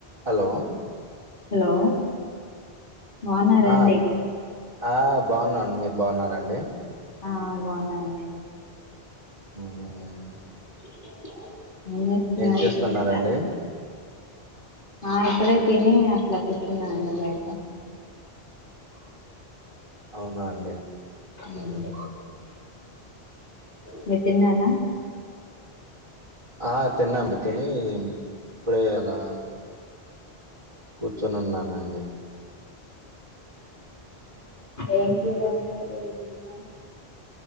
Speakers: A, on the right; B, on the left.
A: Hello
B: hello బాగున్నారండి
A: ఆ ఆ బాగున్నాండి మీరు బాగున్నారండి
B: ఆ బాగున్నాము అండి
A: హ్మ్.
B: ఏం చేస్తున్నారు
A: ఏం చేస్తున్నారండి
B: <unintelligible> ఆ ఇప్పుడే తిని అట్లా కూర్చున్నానండి బయట
A: అవునా అండి
B: ఉమ్ మీరు తిన్నారా
A: ఆ తిన్నా అండి తిని ఇప్పుడే అలా కూర్చొనిన్నానండి
B: ఏం టీలా అన్నద ఎంటిన్నారు <unintelligible>